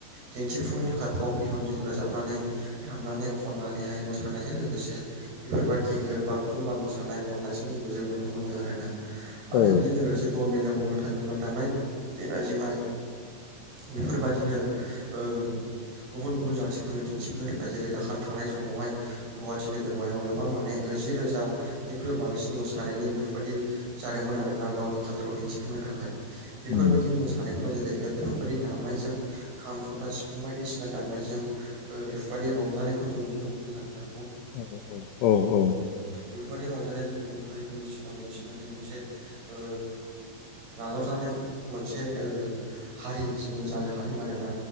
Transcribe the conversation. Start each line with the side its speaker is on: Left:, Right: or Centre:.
Right: दिन्थिफुंनो थाखाय फाव फेसनजों रोजाबनानै दामनानै खननानैहाय मोसानायजों लोगोसे बेफोरबादि ओ बागुरुम्बा मोसानाय खननायजों जों नुनो मोनो आरोना आरो
Left: औ
Right: बेयो लोगोसे बागु गुबुन बेलायाव बुंनो थाङोब्ला दामनाय देनायजोंहाय बेफोरबादिनो ओ गुबुन गुबुन जाथिफोरनो दिन्थिफुनो थाखाय जेरै दाखाल थांनाय समावहाय गुवाहाटि नोगोरमायाव गोबां माने नैजि रोजानिख्रुइ बांसिन मोसानायनि बेफोर बायदि जादोंमोन आरोना गावनि कालचारखौ दिन्थिफुंनो थाखाय बेफोर
Left: उम
Right: बायदि मोसा नायफ्राव जेरै बेफोर बायदि दामनायजों खाम, जथा, सिफुं बायदिसिना दामनायजों ओ बेफोर बायदि रंजानायखौ जों नुनो मोनदों आरोना।
Left: औ औ औ औ।
Right: बेफोर बायदि रंजानायजों गुबुन हारिफोरनि सिगाङाव दिन्थिनानै मोनसे ओ नाजावजानाय मोनसे ओ हारि जोङो जानो हादों आरोना।